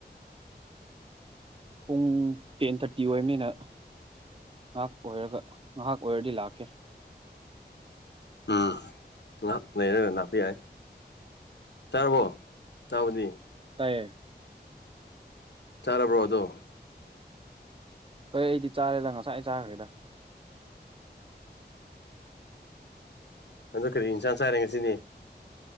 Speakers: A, on the right (about 30°); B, on the left (about 80°).
A: ꯄꯨꯡ ꯇꯦꯟ ꯊꯥꯔꯇꯤ ꯑꯣꯏꯕꯅꯤꯅ ꯉꯥꯏꯍꯥꯛ ꯑꯣꯏꯔꯒ ꯉꯥꯏꯍꯥꯛ ꯑꯣꯏꯔꯒ ꯂꯥꯛꯀꯦ
B: ꯎꯝ ꯉꯍꯥꯛ ꯂꯩꯔꯒ ꯂꯥꯛꯄ ꯌꯥꯏ ꯆꯥꯔꯕꯣ ꯆꯥꯕꯗꯤ
A: ꯇꯥꯏꯌꯦ
B: ꯆꯥꯔꯕ꯭ꯔꯣ ꯑꯗꯣ
A: ꯍꯣꯏ ꯑꯩꯗꯤ ꯆꯥꯔꯦꯗ ꯉꯁꯥꯏ ꯆꯥꯒꯔꯦꯗ
B: ꯑꯗꯨ ꯀꯔꯤ ꯏꯟꯁꯥꯡ ꯆꯥꯏꯔꯦ ꯉꯁꯤꯅꯦ